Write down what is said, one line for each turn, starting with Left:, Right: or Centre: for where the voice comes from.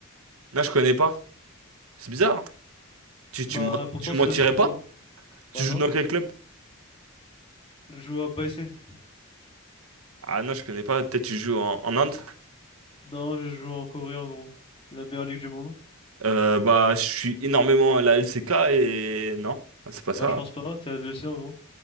Right: Non, je connais pas. C'est bizarre. hein. Tu, tu,
Left: Bah,
Right: mens-
Left: pourtant,
Right: tu
Left: ça,
Right: mentirais
Left: je suis
Right: pas?
Left: vraiment.
Right: Tu
Left: Bah,
Right: joues
Left: non.
Right: dans quel club?
Left: Je joue à Bysing.
Right: Ah non, je connais pas. Peut-être tu joues en, en Inde?
Left: Non, je joue en Corée, en gros. La meilleure ligue du monde.
Right: Euh, bah, je suis énormément à la LCK et... Non, c'est pas ça.
Left: Bah, je pense pas, t'es le sien, en gros.